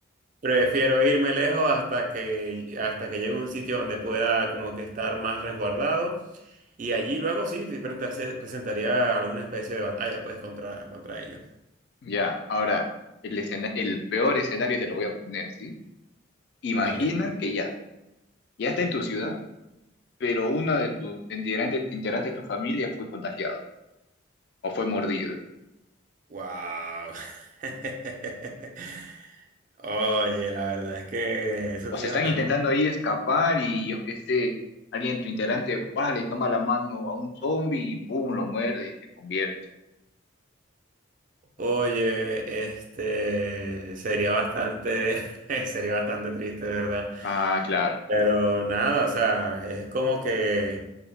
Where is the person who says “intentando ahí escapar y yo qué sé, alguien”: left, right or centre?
Left